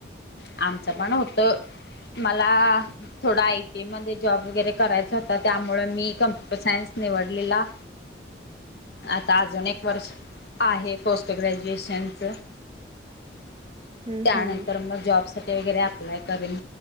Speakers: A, on the left (about 60°); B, on the right (about 25°).
A: आमचं
B: होय
A: पण होत मला थोडा आयटी मध्ये जॉब वगैरे करायचा होता त्यामुळे मी कम्प्युटर सायन्स निवडलेला. आता अजून एक वर्ष आहे, पोस्ट ग्रॅज्युएशनच.
B: हम्म
A: त्यानंतर
B: हम्म
A: मग जॉबसाठी वगैरे अप्लाय करेन